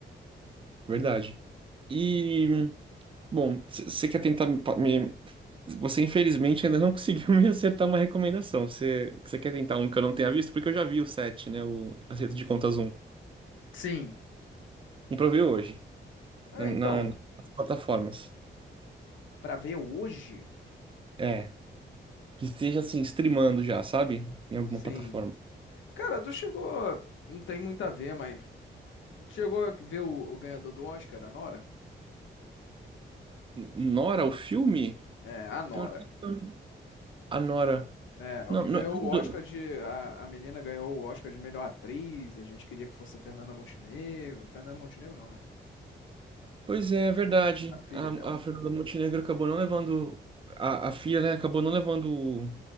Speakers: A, on the right (about 25°); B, on the left (about 75°).
A: verdade. E, bom, você quer tentar me, pa- me- Você, infelizmente, ainda não <laughs> conseguiu me acertar uma recomendação. Você quer tentar um que eu não tenha visto? Porque eu já vi o 7, né? O Acerto de Contas um.
B: Sim.
A: Um pra eu ver hoje,
B: Ah,
A: na, na-
B: então,
A: nas plataformas.
B: pra ver hoje?
A: É, que esteja, assim, streamando já, sabe? Em alguma
B: Sim.
A: plataforma.
B: Cara, tu chegou. Não tem muito a ver, mas. Chegou a ver o, o ganhador do Oscar, a Nora?
A: N- Nora, o filme?
B: É, a Nora.
A: Pior que não. A Nora.
B: É,
A: Não,
B: o que
A: não-
B: ganhou o
A: não
B: Oscar
A: deu.
B: de. A, a menina ganhou o Oscar de melhor atriz. A gente queria que fosse a Fernanda Montenegro. Fernanda Montenegro não, né?
A: pois é, é verdade.
B: A filha
A: A,
B: dela.
A: a Fernanda Montenegro acabou não levando. A, a filha, né? Acabou não levando o,